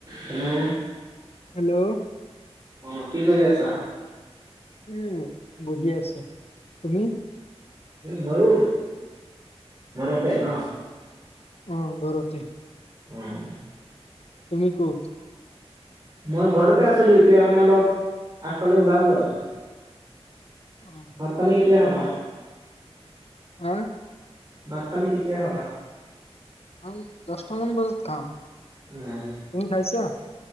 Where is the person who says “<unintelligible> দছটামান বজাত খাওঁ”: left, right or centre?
Left